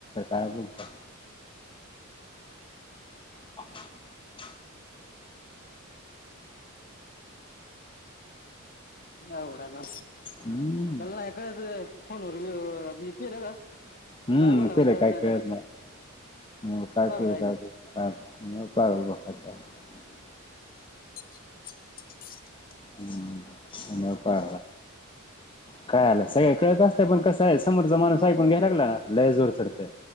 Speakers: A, on the left (about 25°); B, on the left (about 45°).
A: काय बोलत ह
B: होड ना
A: हम्म
B: एल ना का फन प का <unintelligible>
A: हम्म
B: काय बोलावं
A: ते रे काही
B: नाही त्याला
A: कळत नाही काय
B: पागल
A: ते
B: आहे
A: काय का नपाारवाखत <unintelligible>
B: <unintelligible>
A: हम्पा काय आलं <unintelligible> सगळे कळत असते पण कसं आहे समोरचा माणूस ऐकून घ्याय लागला लई जोर चढते